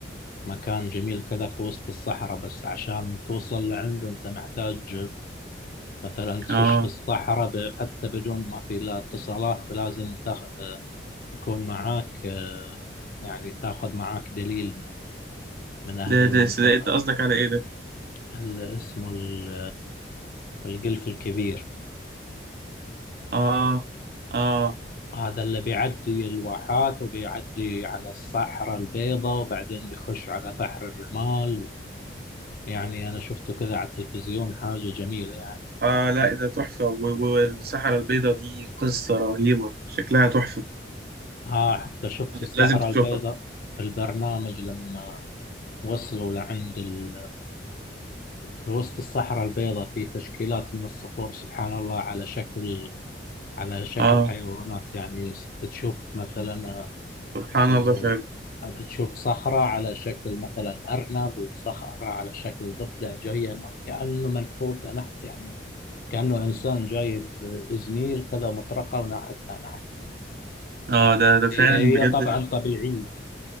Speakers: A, on the left; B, on the right.
A: مكان جميل كذا في وسط الصحراء بس عشان توصل لعنده أنت محتاج مثلا تخش
B: اه
A: في الصحراء ب- حتى بدون ما في لا اتصالات فلازم تخ... يكون معاك آه، يعني تاخذ معاك دليل من من أهل
B: ده
A: المنطقة
B: ده ده انت قصدك على ايه ده
A: ال- اسمه ال- القلف الكبير
B: اه اه
A: هذا اللي بيعدي الواحات وبيعدي على الصحراء البيضاء وبعدين بيخش على بحر الرمال يعني أنا شفته كذا على التلفزيون حاجة جميلة يعني
B: اه لا ده تحفه و- و- والصحراء البيضاء دي قصه رهيبه شكلها تحفه
A: ها حتى شفت في الصحراء
B: لازم تشوفها
A: البيضاء في البرنامج لما وصلوا لعند ال... في وسط الصحراء البيضاء في تشكيلات من الصخور سبحان الله على شكل على شكل
B: اه
A: حيوانات يعني تشوف مثلا
B: سبحان
A: اللي
B: الله
A: هو
B: فعلا
A: بتشوف صخرة على شكل مثلا أرنب وصخرة على شكل ضفدع جاية كأنه منحوتة نحت يعني كأنه إنسان جايب زميل كذا مطرقة وناحتها نحت
B: اه ده ده فعلا
A: هي هي
B: بجد
A: طبعا طبيعية